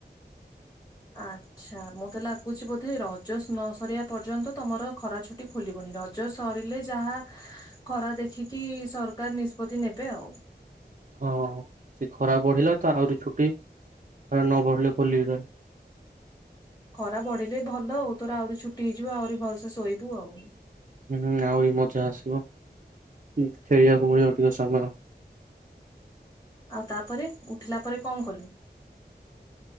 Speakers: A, on the left; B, on the right.
A: ଆଛ୍ ଚ୍ଛା ମତେ ଲାଗୁଛି ବୋଧେ ରଜ ନ ସରିବା ପର୍ଯ୍ୟନ୍ତ ତମର ଖରା ଛୁଟି ଖୋଲିବନି, ର ଜ ସରିଲେ ଯାହା ଖରା ଦେଖିକି ସରକାର ନିଷ୍ପତି ନେବେ ଆଉ।
B: ହଁ ସେ ଖରା ବଢିଲା ତ ଆହୁରି ଛୁଟି, ଖରା ନ ବଢିଲେ ଖୋଲିବେ।
A: ଖରା ବଢିଲେ ଭଲ ଆଉ ତୋର ଆହୁରି ଛୁଟି ହେଇଯିବ ଆହୁରି ଭଲସେ ଶୋଇବୁ ଆଉ।
B: ହୁଁ ଆହୁରି ମଜା ଆସିବ, ଖେଳିବାକୁ ମିଳିବ ଟିକେ ସମୟ।
A: ଆଉ ତାପରେ ଉଠିଲା ପରେ କଣ କଲୁ?